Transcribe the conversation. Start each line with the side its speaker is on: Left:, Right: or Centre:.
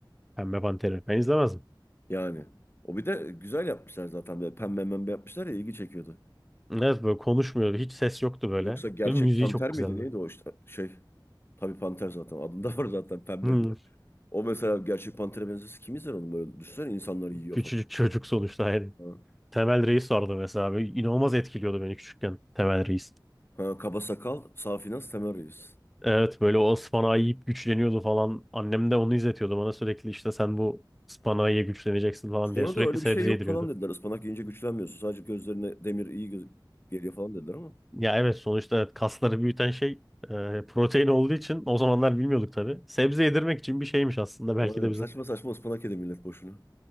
Centre: Pembe Panter'i? Ben izlemezdim.
Left: Yani. O bir de güzel yapmışlar zaten. Böyle pembe pembe yapmışlar ya ilgi çekiyordu.
Centre: Evet böyle konuşmuyordu. Hiç ses yoktu böyle.
Left: Yoksa gerçek
Centre: Ve müziği
Left: panter
Centre: çok
Left: miydi
Centre: güzeldi.
Left: neydi o işte şey. Tabii panter zaten adında var zaten pembe
Centre: Hmm.
Left: diye. O mesela gerçek pantere benzesi kim izler onu böyle düşünsene insanları yiyor
Centre: Küçücük
Left: falan.
Centre: çocuk sonuçta yani.
Left: Ha.
Centre: Temel Reis vardı mesela. Böyle inanılmaz etkiliyordu beni küçükken Temel Reis.
Left: Ha, kaba sakal, safi nas, Temel Reis.
Centre: Evet böyle o ıspanağı yiyip güçleniyordu falan. Annem de onu izletiyordu bana sürekli işte sen bu ıspanağı ye güçleneceksin falan
Left: Sonra
Centre: diye sürekli
Left: da öyle
Centre: sebze
Left: bir şey yok
Centre: yediriyordu.
Left: falan dediler. Ispanak yiyince güçlenmiyorsun. Sadece gözlerine demir iyi göz- geliyor falan dediler ama.
Centre: Ya evet sonuçta evet, kasları büyüten şey e, protein olduğu için o zamanlar bilmiyorduk tabii. Sebze yedirmek için bir şeymiş aslında belki
Left: Aynen.
Centre: de bize.
Left: Saçma saçma ıspanak yedi millet boşuna.